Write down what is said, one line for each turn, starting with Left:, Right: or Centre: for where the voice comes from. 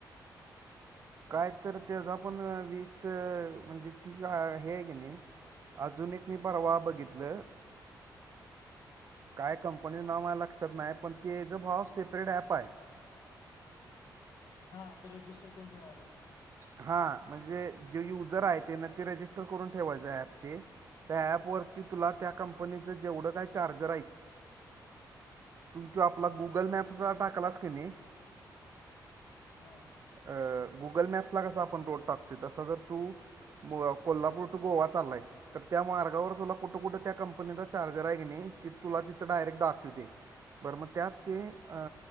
Right: काय तर त्याचा पण वीस म्हणजे ती हे की नाही. अजून एक मी परवा बघितलं? काय कंपनीचं नाव माया लक्षात नाही. पण ते जे भाव सेपरेट ॲप आहे.
Left: हा तो रजिस्टर करून ठेवायला.
Right: हा म्हणजे जे युजर आहे ते ना ते रजिस्टर करून ठेवायचं. ॲप ते त्या ॲपवरती तुला त्या कंपनीचं जेवढं काय चार्ज आहेत. तू ते ॲपला गुगल मॅपचा टाकलास किनी?
Left: हा
Right: अ गुगल मॅप्सला कसा आपण रोड टाकतोय तसा जर तू <unintelligible> कोल्हापूर टू गोवा चाललायस. तर त्या मार्गावर तुला कुठं कुठं त्या कंपनीचा चार्जर आहे की नाही ती तुला तिथं डायरेक्ट दाखीवतय. बरं मग त्यात ते अ